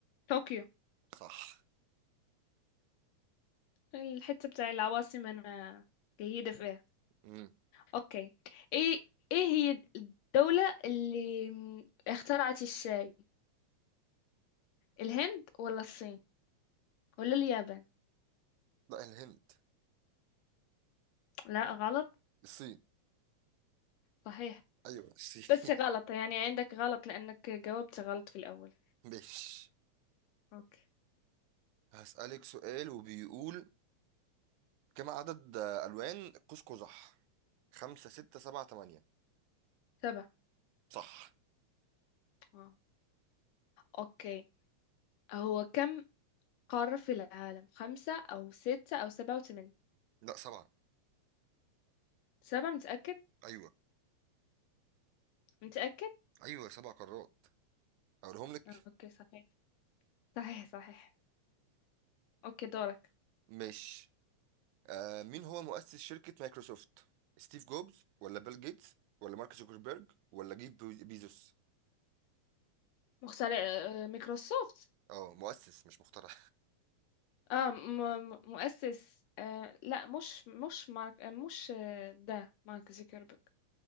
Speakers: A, on the left; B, on the right.
A: طوكيو
B: صح
A: الحتة بتاع العواصم انا جيدة فيها
B: امم
A: اوكي ايه ايه هي الدولة اللي اخترعت الشاي الهند ولا الصين ولا اليابان
B: لا الهند
A: لا غلط
B: الصين
A: صحيح
B: ايوه الصين
A: بس غلط يعني عندك غلط لأنك جاوبت غلط في الأول
B: <laughs> مش
A: اوكي
B: هسألك سؤال وبيقول كم عدد الوان قوس قزح خمسة ستة سبعة تمانية
A: سبعة
B: صح
A: اه اوكي هو كم قارة في العالم خمسة أو ستة أو سبعة وثمانية
B: لا سبعة
A: سبعة متأكد
B: ايوه
A: متأكد
B: ايوه سبع قارات اقولهم لك
A: اوكي صحيح صحيح صحيح اوكي دورك
B: مش آه مين هو مؤسس شركة مايكروسوفت ستيف جوبز ولا بيل جيتس ولا مارك زوكربيرج ولا جيف بي- بيزوس
A: مخترع آه، مايكروسوفت
B: اه مؤسس مش مخترع
A: اه م م مؤسس آه لا مش مش مارك آه مش آه، ده مارك زوكربيرج